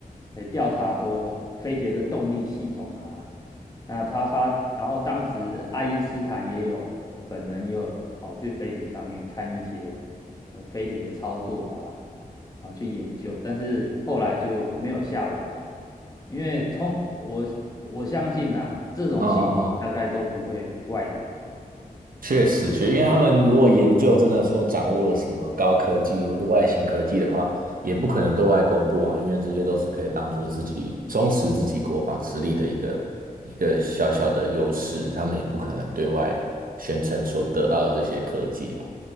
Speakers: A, on the left; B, on the right.
A: 诶调查说飞碟的动力系统啊。那他发，然后当时爱因斯坦也有本人也有跑去飞碟上面看一些呃飞碟的操作啊，然后去研究，但是后来就没有下文了。因为通我我相信呐、啊这种信息大概都不会外流了。
B: 嗯嗯确实，确，因为他们如果研究真的说掌握了什么高科技或者外星科技的话，也不可能对外公布啊，因为这些都是可以当做自己充实自己国防实力的一个一个小小的优势，他们也不可能对外宣称所得到的这些科技了。